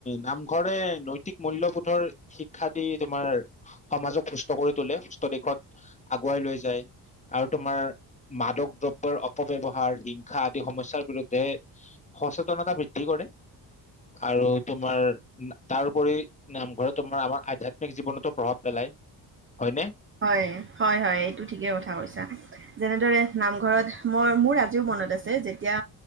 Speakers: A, on the left; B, on the right.
A: নামঘৰে নৈতিক মূল্যবোধৰ শিক্ষা দি তোমাৰ সমাজক সুস্থ কৰি তোলে, সুস্থ দিশত আগুৱাই লৈ যায়, আৰু তোমাৰ মাদক দ্ৰব্যৰ অপব্যৱহাৰ, হিংসা আদি সমস্যাৰ বিৰুদ্ধে সচেতনতা বৃদ্ধি কৰে। আৰু তোমাৰ তাৰোপৰি নামঘৰত তোমাৰ, আমাৰ আধ্যাত্মিক জীৱনতো প্ৰভাৱ পেলায়, ‌ হয়নে?
B: হয়-হয়-হয়। এইটো ঠিকেই কথা কৈছা যেনেদৰে নামঘৰত মই মোৰ আজিও মনত আছে, যেতিয়া